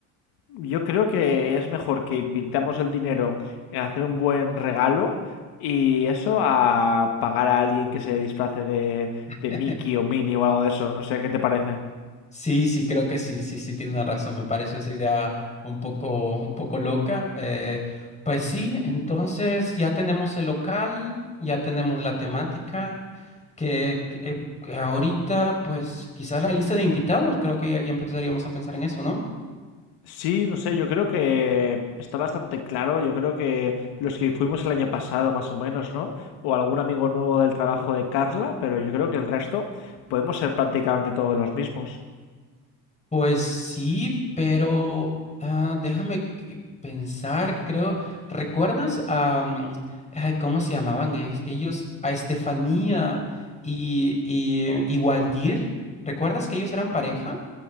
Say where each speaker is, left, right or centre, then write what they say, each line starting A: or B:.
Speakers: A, on the left; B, on the left.
A: Yo creo que es mejor que invirtamos el dinero en hacer un buen regalo y eso a pagar a alguien que se disfrace de,
B: <laughs>
A: de Mickey o Minnie o algo de eso. No sé, ¿qué te parece?
B: Sí, sí, creo que sí, sí, sí, tiene una razón. Me parece esa idea un poco, un poco loca. Eh, pues sí, entonces ya tenemos el local, ya tenemos la temática. Que, que, eh, que ahorita, pues quizás la lista de invitados, creo que ya, ya empezaríamos a pensar en eso, ¿no?
A: Sí, no sé, yo creo que está bastante claro. Yo creo que los que fuimos el año pasado, más o menos, ¿no? O algún amigo nuevo del trabajo de Carla, pero yo creo que el resto podemos ser prácticamente todos los mismos.
B: Pues sí, pero ah, déjame que- pensar, creo, ¿recuerdas a, mm, ay, ¿cómo se llamaban es- ellos? A Estefanía y, y, y Waldir, ¿recuerdas que ellos eran pareja?